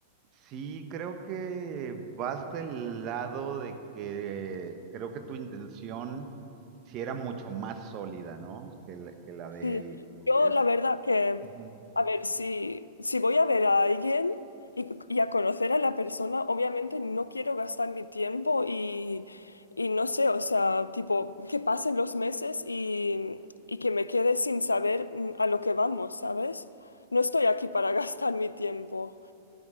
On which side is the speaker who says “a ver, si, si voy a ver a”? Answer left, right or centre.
Left